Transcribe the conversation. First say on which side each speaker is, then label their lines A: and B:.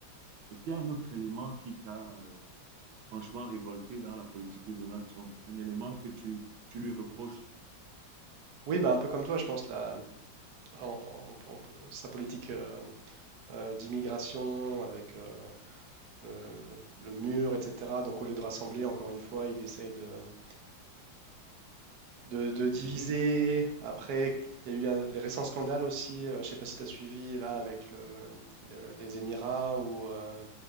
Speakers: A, on the right; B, on the right.
A: Est-ce qu'il y a un autre élément qui t'a euh, franchement révolté dans la politique de Donald Trump? Un élément que tu, tu lui reproches
B: Oui, bah, un peu comme toi, je pense, la, en- en- en- sa politique euh, euh, d'immigration avec euh, le, le- le mur, etc. Donc, au lieu de rassembler, encore une fois, il essaye de, de, de
A: de
B: diviser.
A: diviser?
B: Après, il y a eu un- les récents scandales aussi. euh, je ne sais pas si tu as suivi, là, avec le- le- les Émirats ou euh,